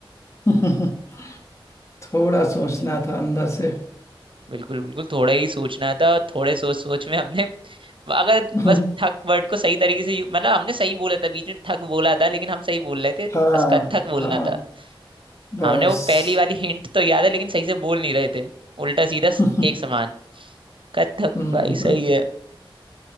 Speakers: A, on the left (about 30°); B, on the right (about 65°).
A: <laughs> थोड़ा सोचना था अंदर से
B: बिल्कुल बिल्कुल थोड़ा ही सोचना था थोड़े सोच सोच में हमने अगर
A: <laughs>
B: बस ठक वर्ड को सही तरीके से यू- मतलब हमने सही बोला था बीच में ठक बोला था लेकिन हम सही बोल रहे थे
A: हाँ
B: बस कत्थक बोलना
A: हाँ
B: था
A: बस
B: हमने वो पहली वाली हिंट तो याद है लेकिन सही से बोल नहीं रहे थे उल्टा सीधा स-
A: <laughs>
B: एक समान कत्थक
A: हम्म।
B: भाई सही है